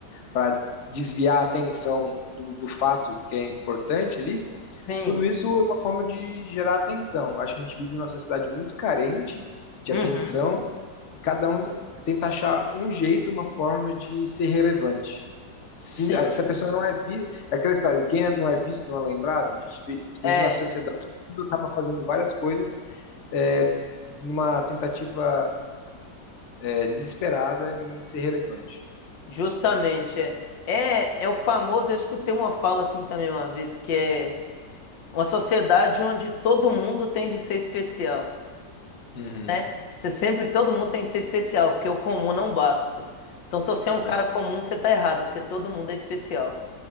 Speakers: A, on the left; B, on the left.
A: para desviar a atenção do, do fato que é importante ali,
B: Sim.
A: tudo isso é uma forma de gerar atenção. Acho que a gente vive numa sociedade muito carente de
B: Uhum.
A: atenção e Cada um tenta achar um jeito, uma forma de ser relevante. Se,
B: Sim.
A: eh, se a pessoa não é vista. É aquela história, quem não é visto não é lembrado, a gente vi- vive
B: É,
A: na sociedade, tudo acaba fazendo várias coisas é, numa tentativa é, desesperada em ser relevante.
B: justamente, é. É, é o famoso, eu escutei uma fala assim também uma vez, que é uma sociedade onde todo mundo tem de ser especial,
A: Uhum,
B: né? Você sempre, todo mundo tem de ser especial, porque o comum não basta. Então, se você
A: exato.
B: é um cara comum, você tá errado, porque todo mundo é especial,